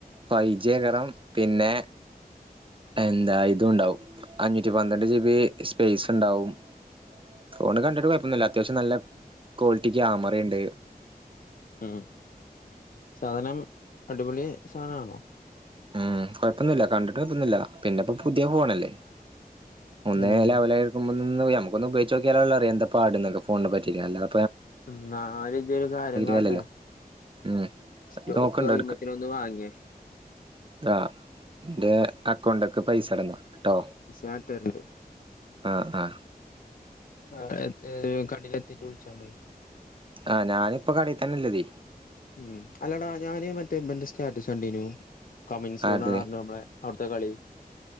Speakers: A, on the right; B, on the left.
A: ഫൈവ് ജി ആയ്കരം പിന്നെ എന്താ ഇതും ഉണ്ടാവും. അഞ്ഞൂറ്റി പന്ത്രണ്ട് ജിബി ഇസ് <inaudible> ഇണ്ടാകും. ഫോണിൽ കണ്ടിട്ട് വെർ ഒന്നുല്ല അത്യാവശ്യം നല്ല ക്വാളിറ്റി ക്യാമറണ്ട്
B: മ് സാധനം അടിപൊളി സാധനണോ?
A: മ് കൊഴപ്പൊന്നുല്ല കണ്ടിട്ട് കൊഴപ്പൊന്നുല്ല പിന്നെപ്പൊ പുതിയ ഫോണല്ലേ? ഒന്നേങ്ങനെ
B: ഉം
A: ലെവലായിക്കുമ്പോ മ് ന്ന് നമ്മക്കൊന്ന് ഉപയോഗിച്ചോക്യാലല്ലേ അറിയ എന്താപാട്ന്നെല്ലാം ഫോണിനെ പറ്റിട്ട് അല്ലാ
B: ന്നാല് ഇജ്ജൊരു കാര്യം കാട്ടെ
A: കാര്യല്ലല്ലോ ഉം
B: സ്റ്റോക്ക്
A: നോക്കണ്ടോ
B: കയ്യുമ്പത്തിന് ഒന്ന് വാങ്യെ
A: ആഹ് ന്റെ അക്കൗണ്ട്ക്ക് പൈസ ഇട്ന്നാ ട്ടോ.
B: ഞാൻ ഇട്ടരണ്ട്
A: ആ ആ
B: അ കടിലെത്തിട്ട് വിളിച്ചമ്മേ
A: ആഹ് ഞാനിപ്പോ കടയിത്തന്നെ ഇള്ളതേ.
B: ഉം അല്ലടാ ഞാന് മറ്റേ ഇവന്റെ സ്റ്റാറ്റസ് കണ്ടീനു കമിൻ സൂണാണറിഞ്ഞു
A: ആരത്
B: നമ്മടെ അവിടുത്തെ കളി